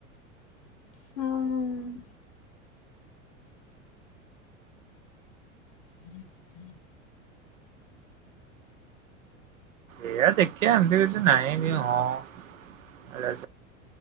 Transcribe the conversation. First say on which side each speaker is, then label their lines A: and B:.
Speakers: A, on the left; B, on the right.
A: ହଁ। ହୁଁ ହୁଁ
B: ଏଆ ଦେଖିବା ଏମିତି କିଛି ନାହିଁ କି ହଁ